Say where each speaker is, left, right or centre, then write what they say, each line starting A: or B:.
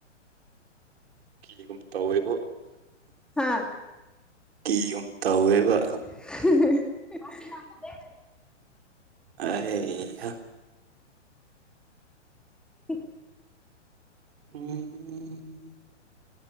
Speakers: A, on the right; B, in the centre.
A: ꯀꯤꯒꯨꯝ ꯇꯧꯋꯦꯕꯨ
B: ꯍꯥ
A: ꯀꯤꯒꯨꯝ ꯇꯧꯋꯦꯕ
B: <unintelligible>
A: ꯑ ꯍꯩ ꯍꯥ
B: <inaudible>
A: <unintelligible>